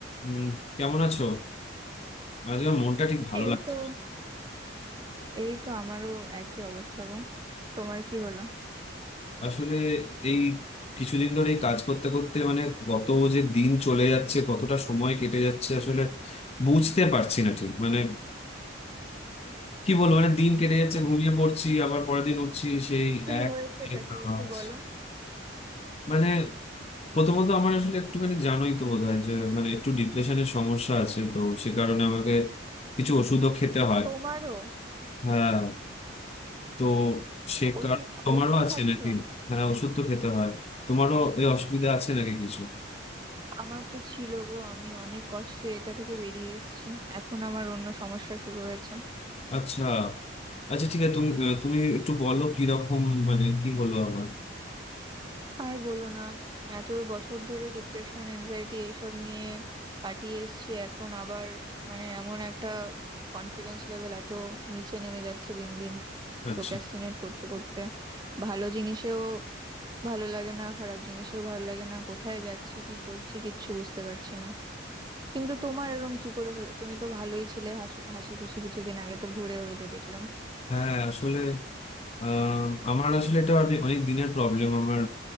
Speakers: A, on the left (about 30°); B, on the right (about 20°).
A: উম, কেমন আছো আজকে আমার মনটা ঠিক ভালো
B: এই
A: লাগছে
B: তো
A: না।
B: এই তো আমারও একই অবস্থা গো তোমার কি হলো
A: আসলে এই কিছুদিন ধরে এই কাজ করতে করতে মানে কত যে দিন চলে যাচ্ছে কতটা সময় কেটে যাচ্ছে আসলে বুঝতে পারছি না ঠিক মানে কি বলবো মানে দিন কেটে যাচ্ছে
B: হ্যাঁ,
A: ঘুমিয়ে পড়ছি আবার পরের দিন উঠছি সেই
B: কি
A: এক
B: হয়েছে এটা
A: এ
B: কি
A: কাজ
B: একটু বলো
A: মানে প্রথমত আমার আসলে একটুখানি জানোই তো বোধ হয় যে মানে একটু ডিপ্রেশনের সমস্যা আছে তো সে কারণে আমাকে কিছু ওষুধও খেতে হয়
B: তোমারও
A: হ্যাঁ তো সে
B: ওষুধ
A: কার- তোমারও
B: ওষুধও
A: আছে
B: খাচ্ছ
A: নাকি মানে ওষুধ তো খেতে হয় তোমারও এই অসুবিধা আছে নাকি কিছু
B: আমার তো ছিল গো আমি অনেক কষ্টে এটা থেকে বেরিয়ে এসেছি এখন আমার অন্য সমস্যা শুরু হয়েছে
A: আচ্ছা আচ্ছা ঠিক আছে তুমি তুমি একটু বলো কিরকম মানে কি হলো আমার
B: আর বলো না এত বছর ধরে ডিপ্রেশন এনজাইটি এইসব নিয়ে কাটিয়ে এসেছি এখন আবার মানে এমন একটা কনফিডেন্স লেভেল এত নিচে নেমে যাচ্ছে দিন দিন
A: আচ্ছা
B: প্রোক্রাস্টিনেট করতে করতে ভালো জিনিসেও ভালো লাগে না খারাপ জিনিসও ভালো লাগে না কোথায় যাচ্ছি কি করছি কিচ্ছু বুঝতে পারছি না কিন্তু তোমার এরকম কি করে হলো তুমি তো ভালোই ছিলে হাসি হাসি খুশি কিছুদিন আগে তো ঘুরেও এলে দেখলাম
A: হ্যাঁ আসলে আহ, আমার আসলে এটা অনেক অনেক দিনের প্রবলেম আমার